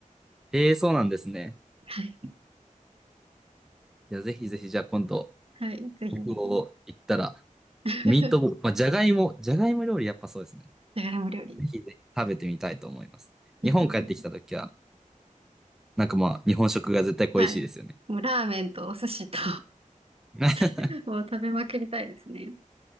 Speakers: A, in the centre; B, on the right.
A: ええーそうなんですね。
B: はい。
A: いや、ぜひぜひ、じゃあ今度、
B: はい。ぜひぜひ。
A: 北欧行ったら、
B: <laughs>
A: ミートボール、まあ、じゃがいも、じゃがいも料理やっぱそうですね。
B: じゃがいも料理。
A: ぜひぜひ食べてみたいと思います。
B: いいと思う。
A: 日本帰ってきた時は、なんかまあ、日本食が絶対恋しいですよね。
B: はい。もうラーメンとお寿司と
A: <laughs>
B: <laughs> もう食べまくりたいですね。